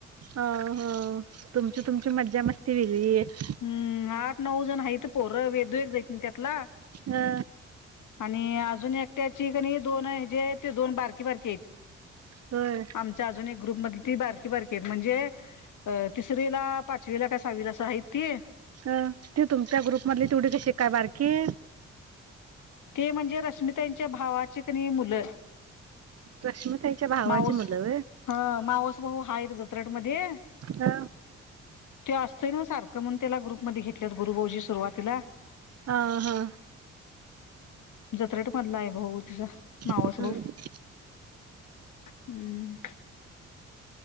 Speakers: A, on the right; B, on the left.
A: अ, हो. तुमची तुमची मज्जा मस्ती वेगळी. आहे
B: हम्म आठ नऊ जण हायीथ पोर, वेदू एक जाईत नाही त्यातला
A: अ
B: आणि आज अजून एकट्याची कणी दोन हाये जे ते, दोन बारकी बारकी हायेत.
A: होय
B: आमच्या अजून एक ग्रुप मधली ती बार ती बार की म्हणजे अ तिस रिला, पाचवीला का सावीला असं हायित. ती अ
A: अ ती तुमच्या ग्रुप मधली तेवढी, कशी काय बारकी?
B: ते म्हणजे रश्मि ताईंच्या भावाची कणी मुलं.
A: रश्मिताईच्या भावाची
B: माऊस,
A: मुलं व्हय
B: हा मावस भाऊ हाय जत्रट मध्ये
A: अ
B: तो असतोय ना, सारखं म्हणून त्याला ग्रुप मधे घेत त्यात गुरुभाऊजी सुरुवातीला
A: हा हा.
B: जत्रेट मधला हाय भाऊ तिचा, मावस
A: होय
B: भाऊ हम्.